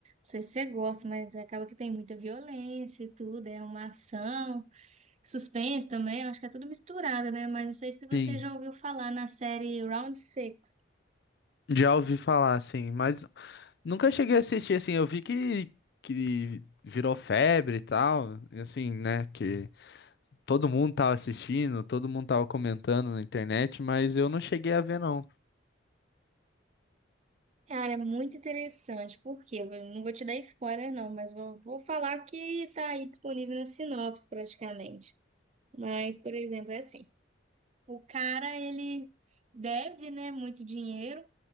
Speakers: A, on the right; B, on the left.
A: sei se você gosta, mas acaba que tem muita violência e tudo, é uma ação, suspense também, acho que é tudo misturado, né? Mas não sei se você
B: Sim,
A: já ouviu falar na série Round Six.
B: já ouvi falar, assim, mas Nunca cheguei a assistir, assim, eu vi que, que virou febre e tal, e assim, né, que todo mundo tava assistindo, todo mundo tava comentando na internet, mas eu não cheguei a ver, não.
A: Cara, é muito interessante, porque eu não vou te dar spoiler, não, mas vou, vou falar que está aí disponível na sinopse praticamente. Mas, por exemplo, é assim: o cara ele deve, né, muito dinheiro